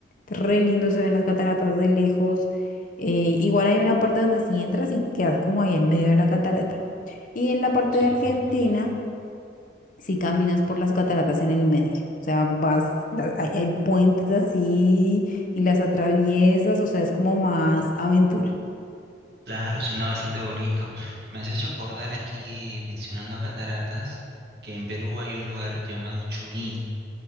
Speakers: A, on the left; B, on the right.
A: re lindo se ven las cataratas de lejos, eh, igual hay una parte donde si entras y quedas como ahí en medio de la catarata, y en la parte
B: Sí,
A: de Argentina
B: le imagino.
A: si caminas por las cataratas en el medio, o sea, vas, la- hay, hay puentes así y las atraviesas, o sea, es como más aventura.
B: Claro, suena bastante bonito. Me has hecho acordar aquí, mencionando cataratas, que en Perú hay un lugar llamado Churín,